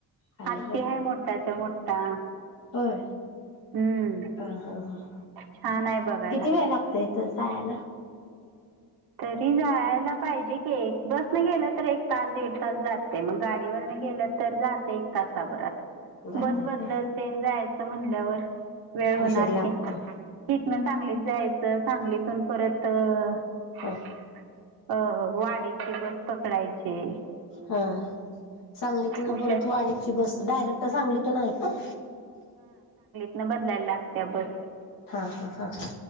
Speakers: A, on the left (about 60°); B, on the right (about 70°).
A: आहे
B: हत्ती
A: व्हय
B: हाय मोठाच्या मोठा.
A: होय
B: हम्म
A: हां हां हां
B: छान आहे बघायला
A: किती वेळ लागत. तंय तर जायला?
B: तरी जायला पाहिजे की बस न गेलं तर एक तास दीड तास जातंय मग गाडीवरन गेल तर जातंय एक तासाभरात
A: जातय
B: बस बदलत
A: व्हय
B: तेन जायच म्हणल्यावर. वेळ होणार
A: उशीर लागतोय
B: की इथन सांगलीत जायचं सांगलीतून परत अ
A: ह
B: वाडीची बस. पकडायची
A: हां सांगलीत न
B: उशा
A: परत वाडीची बस डायरेक्ट सांगलीत तून आहे काय?
B: न बदलायला लागत्या बस.
A: हां हां हां हां